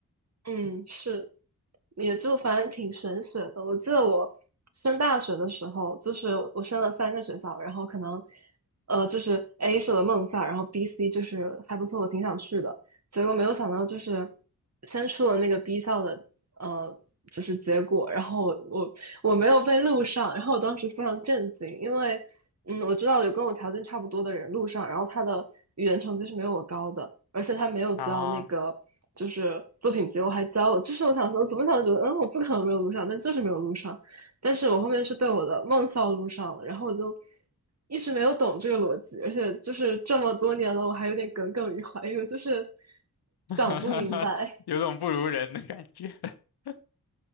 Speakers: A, on the right (about 45°); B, on the left (about 90°).
A: 嗯，是，也就反正挺玄学的。我记得我升大学的时候，就是我升了三个学校，然后可能，呃，就是 A 是我的梦校，然后 B、C 就是还不错，我挺想去的。结果没有想到，就是先出了那个 B 校的呃，就是结果，然后我我没有被录上，然后我当时非常震惊，因为嗯，我知道有跟我条件差不多的人录上，然后他的语言成绩是没有我高的，而且他没有交那个就是作品集，
B: 啊。
A: 我还交了，就是我想说怎么想觉得嗯，我不可能没有录上，但就是没有录上，但是我后面是被我的梦校录上了，然后我就。一直没有懂这个逻辑，而且就是这么多年了，我还有点耿耿于怀，因为就是
B: <laughs>
A: 想不明白。
B: 有种不如人的感觉。<laughs>